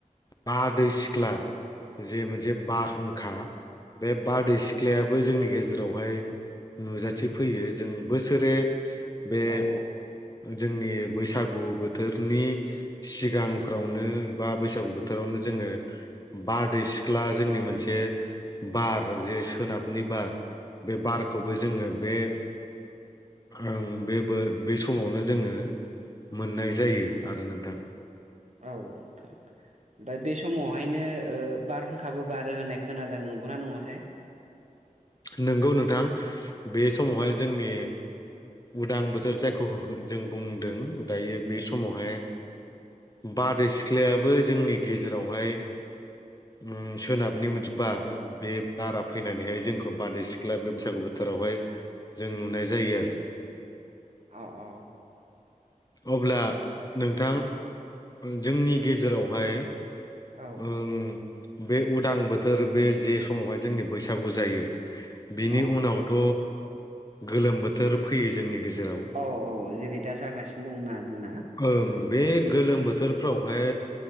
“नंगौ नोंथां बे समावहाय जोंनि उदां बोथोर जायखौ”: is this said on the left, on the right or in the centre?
Left